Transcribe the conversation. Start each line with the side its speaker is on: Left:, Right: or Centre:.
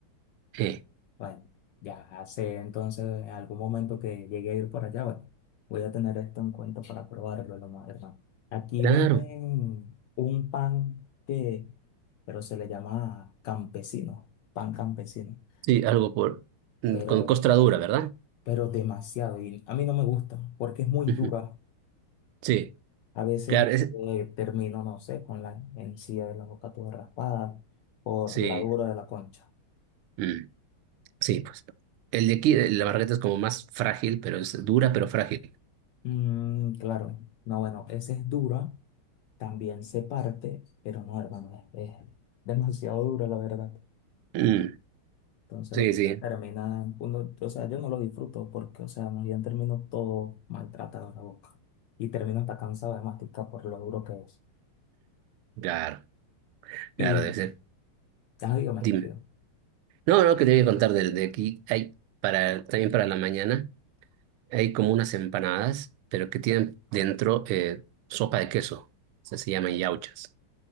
Right: Eh,
Left: Bueno, ya hace entonces algún momento que llegué a ir por allá, bueno, voy a tener esto en cuenta para probarlo, lo más, hermano. Aquí
Right: claro,
Left: venden un pan que, pero se le llama campesino, pan campesino,
Right: sí, algo
Left: eh,
Right: por, mm,
Left: pero,
Right: con costra dura, ¿verdad?
Left: pero demasiado, y a mí no me gusta porque es muy
Right: Ujú.
Left: dura.
Right: Sí,
Left: A veces
Right: claro, es,
Left: eh, termino, no sé, con la encía de la boca toda raspada por
Right: sí,
Left: la dura de la concha.
Right: mm, sí, pues. El de aquí, eh, la marraqueta es como más frágil, pero es dura, pero frágil.
Left: Mm, claro, no, bueno, esa es dura También se parte, pero no, hermano, es, es demasiado duro, la verdad.
Right: Mm,
Left: Entonces,
Right: sí,
Left: lo que
Right: sí,
Left: uno termina, uno, o sea, yo no lo disfruto porque, o sea, más bien termino todo maltratado en la boca. Y termino hasta cansado de masticar por lo duro que es.
Right: claro, claro,
Left: Y,
Right: debe ser.
Left: ah, dígame,
Right: dime
Left: dígame,
Right: No, no, que te voy a contar de, de aquí. Hay para, también para la mañana, hay como unas empanadas, pero que tienen dentro eh, sopa de queso. Se, se llaman yauchas.